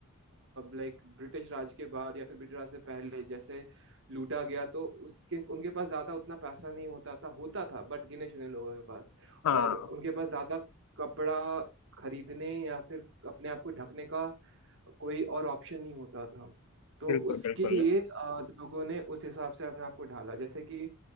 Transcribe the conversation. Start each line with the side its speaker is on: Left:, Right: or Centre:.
Right: लाइक ब्रिटिश राज के बाद या फिर ब्रिटिश राज से पहले जैसे लूटा गया तो उसके उनके पास ज्यादा उतना पैसा नहीं होता था होता था बट गिने चुने लोगों के पास
Left: हाँ
Right: और उनके पास ज्यादा कपड़ा खरीदने या फिर अपने आप को ढकने का कोई और ऑप्शन नहीं होता था तो
Left: बिल्कुल
Right: उसके
Left: बिल्कुल
Right: लिए अ, लोगों ने उस हिसाब से अपने आप को ढाला जैसे कि